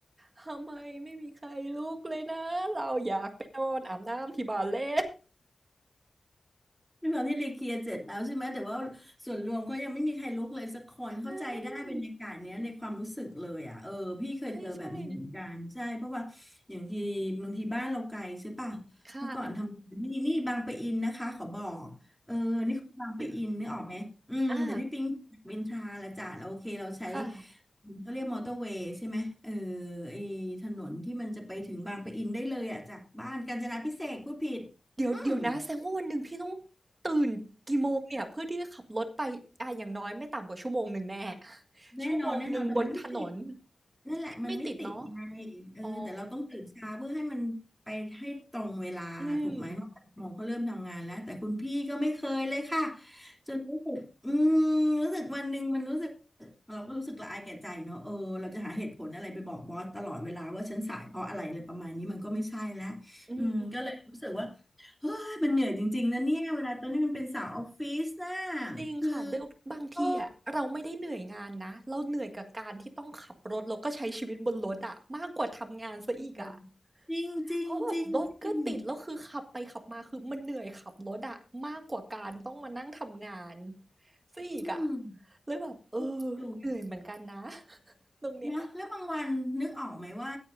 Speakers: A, on the right; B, in the centre.
A: ทำไมไม่มีใครลุกเลยนะเราอยากไปนอนอาบน้ำที่บาา์เล่
B: ด้วยความที่รีเคลียร์เสร็จแล้วใช่ไหมแต่ว่าส่วนรวมเขายังไม่มีใครลุกเลยสักคนเข้าใจได้บรรยากาศเนี้ยในความรู้สึกเลยอ่ะเออพี่เคยเจอแบบนี้เหมือนกันใช่เพราะว่าอย่างทีบางทีบ้านเราไกลใช่ป่ะเมื่อก่อนทำงานนี่นี่บางปะอินนะคะขอบอกเออนี่คือบางปะอินนึกออกไหมอืมแต่พี่ปิ๊งเวนทราละจ้ะเราโอเคเราใช้
A: <laughs> ใช่ใช่ใช่ค่ะ <laughs> อ่าค่ะ
B: เขาเรียกมอเตอร์เวย์ใช่ไหมเออไอถนนที่มันจะไปถึงบางปะอินได้เลยอ่ะจากบ้านกาญจนาภิเษกพูดผิด
A: เดี๋ยวเดี๋ยวนะแสดงว่าวันหนึ่งพี่ต้อง
B: อืม
A: ตื่นกี่โมงเนี่ยเพื่อที่จะขับรถไปอ่ะอย่างน้อยไม่ต่ำกว่าชั่วโมงหนึ่งแน่ <laughs>
B: แน่นอนแน่นอนแต่มันไม่ติด
A: ชั่วโมงหนึ่งบนถนน
B: นั่นแหละมันไม่ติดไง
A: ไม่ไม่ติดเนาะ
B: เออแต่เราต้องตื่นเช้าเพื่อให้มันไปให้ตรงเวลาถูกไหมเพราะแปดโมงก็เริ่มทำงานแล้วแต่คุณพี่ก็ไม่เคยเลยค่ะ
A: อ๋ออืม
B: จนรู้สึกอืมรู้สึกวันหนึ่งมันรู้สึกเราก็รู้สึกละอายแก่ใจเนอะเออเราจะหาเหตุผลอะไรไปบอกบอสตลอดเวลาว่าฉันสายเพราะอะไรอะไรประมาณนี้มันก็ไม่ใช่แล้ว
A: อืม
B: อืมก็เลยรู้สึกว่าเฮ้ยมันเหนื่อยจริงๆนะเนี่ยเวลาตอนนี้มันเป็นสาวออฟฟิศนะ
A: จริงค่ะเดี๋ยวบางทีอ่ะเราไม่ได้เหนื่อยงานนะเราเหนื่อยกับการที่ต้องขับรถแล้วก็ใช้ชีวิตบนรถอ่ะมากกว่าทำงานซะอีกอ่ะ
B: คือโอ้ เลยจริงจริงจริงจริง
A: เพราะแบบรถก็ติดแล้วคือขับไปขับมาคือมันเหนื่อยขับรถอะมากกว่าการต้องมานั่งทำงานซะอีกอะ
B: อืม
A: เลยแบบเออ
B: อยู่
A: เหนื่อยเหมือนกันนะ <laughs> ตรงเนี้ย
B: นะแล้วบางวันนึกออกไหมว่า